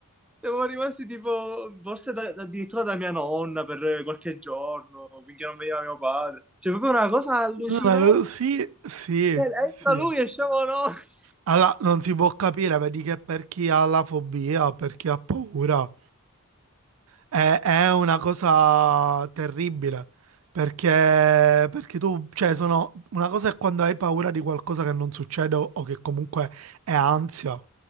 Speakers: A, in the centre; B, on the right.
A: Siamo rimasti tipo, forse da- da- addirittura da mia nonna per qualche giorno, finché non veniva mio padre. Cioè, proprio una cosa allucinante.
B: No, no, sì, sì,
A: Entra
B: sì.
A: lui, esciamo noi. <laughs>
B: Alla- non si può capire, vedi che per chi ha la fobia, per chi ha paura, è, è una cosa terribile, perché, perché tu, cioè, sono, una cosa è quando hai paura di qualcosa che non succede o, o che comunque è ansia,